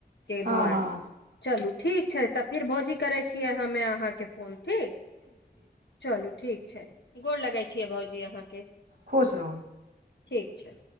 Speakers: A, on the left; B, on the right.
A: के
B: हँ
A: दुआर
B: हँ
A: चलू ठीक छै तऽ फिर भौजी करै छिये हम्मे अहाँके फोन ठीक चलू ठीक छै। गोर लगै छियै भाउजी अहाँकेँ
B: खुश रहू
A: ठीक छै